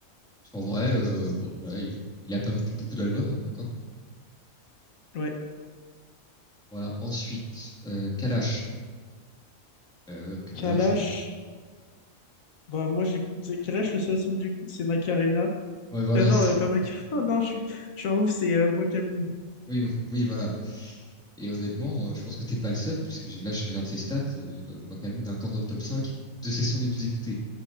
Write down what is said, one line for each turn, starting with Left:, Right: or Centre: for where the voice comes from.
Centre: parce qu'en vrai, euh, bon, voilà, il, il a pas non plus beaucoup d'albums, hein, d'accord?
Left: Ouais.
Centre: Voilà, ensuite, euh, Kalash. Euh, Kalash,
Left: Kalash,
Centre: euh,
Left: bah moi j'écoute Kalash le seul son que j'écoute c'est Macarena.
Centre: ouais, voilà,
Left: Euh, non
Centre: c'est-
Left: euh, pas Macarena, <laughs> non je suis je suis en ouf c'est euh, Mokamoon.
Centre: Oui, oui, voilà. Et honnêtement, euh, je pense que t'es pas le seul, puisque j'ai- là, je regarde ses stats. Euh, Wakamoon est encore dans le top 5 de ses sons les plus écoutés.